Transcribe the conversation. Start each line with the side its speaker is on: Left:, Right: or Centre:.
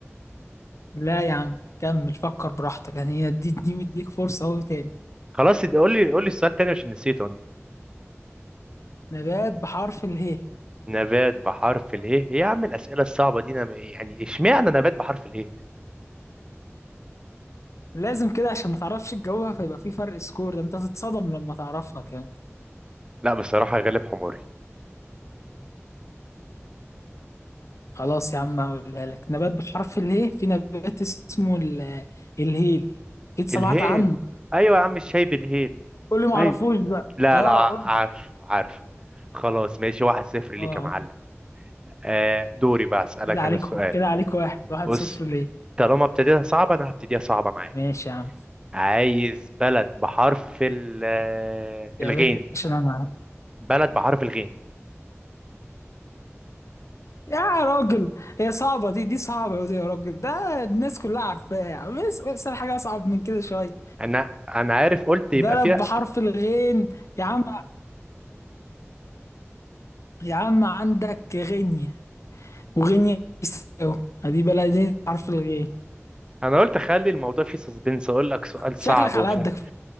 Left: لا يا عم كمل فكر براحتك يعني هي دي دي مديك فرصة اهو تاني
Right: خلاص اد- قول لي قول لي السؤال تاني عشان نسيته انا
Left: نبات بحرف اله
Right: نبات بحرف اله ايه إيه يا عم الاسئله الصعبه دي انا م- يعني اشمعنى نبات بحرف اله
Left: لازم كده عشان ما تعرفش تجاوبها فيبقى في فرق سكور ده انت هتتصدم لما تعرفها كمان
Right: لا بصراحه غالب حماري
Left: خلاص يا عم هقولها لك نبات بحرف اله في نبات اسمه ال- الهيل اكيد سمعت
Right: الهيل
Left: عنه
Right: ايوه يا عم الشاي بالهيل
Left: قول لي ما
Right: ايوه
Left: اعرفوش بقى
Right: لا
Left: اه
Right: لا ع-
Left: قول
Right: عارف عارف خلاص ماشي واحد صفر ليك
Left: اه
Right: يا معلم آه دوري بقى اسالك
Left: كده عليك
Right: انا السؤال
Left: كده عليك واحد واحد
Right: بص
Left: صفر ليه
Right: طالما ابتديتها صعبه انا هبتديها صعبه معاك
Left: ماشي يا عم
Right: عايز بلد بحرف ال- آه،
Left: يا
Right: الغين
Left: باشا انا معاك
Right: بلد بحرف الغين
Left: يا راجل هي صعبة دي دي صعبة ودي يا راجل ده الناس كلها عارفاها يا عم اس- اسأل حاجة أصعب من كده شوية
Right: انا انا عارف قلت يبقى
Left: بلد
Right: فيها
Left: بحرف الغين يا عم يا عم عندك غينيا وغينيا بيساو ادي بلدين بحرف الغين
Right: انا قلت اخلي الموضوع فيه سسبنس اقول لك سؤال صعب
Left: شكلك
Right: ومش
Left: على قدك
Right: عارف-